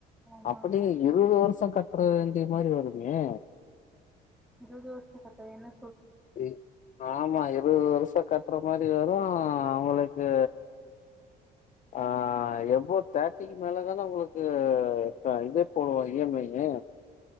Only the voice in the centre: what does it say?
ஆமா
ஆமா
இருவது வருஷோ கட்ட வேண்ணா